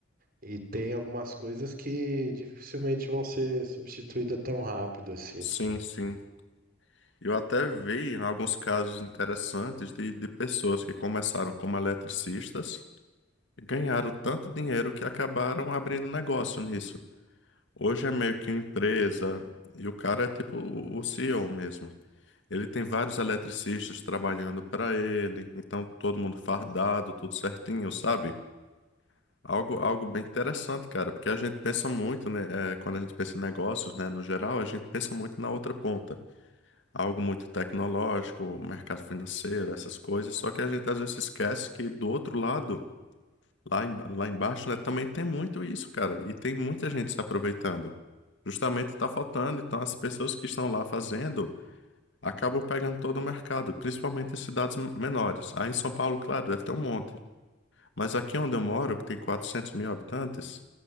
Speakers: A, on the right (about 45°); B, on the left (about 65°).
A: e tem algumas coisas que dificilmente vão ser substituídas tão rápido assim.
B: Sim, sim. Eu até vi alguns casos interessantes de, de pessoas que começaram como eletricistas e ganharam tanto dinheiro que acabaram abrindo negócio nisso. Hoje é meio que uma empresa e o cara é tipo o o CEO mesmo. Ele tem vários eletricistas trabalhando para ele, então todo mundo fardado, tudo certinho, sabe? Algo, algo bem interessante, cara, porque a gente pensa muito, né? eh, quando a gente pensa em negócios, né, no geral, a gente pensa muito na outra ponta. Algo muito tecnológico, mercado financeiro, essas coisas. Só que a gente às vezes esquece que do outro lado, lá, em- lá embaixo, né, também tem muito isso, cara. E tem muita gente se aproveitando. Justamente está faltando. Então, as pessoas que estão lá fazendo acabam pegando todo o mercado, principalmente em cidades menores. Aí em São Paulo, claro, deve ter um monte. Mas aqui onde eu moro, que tem quatrocentos mil habitantes,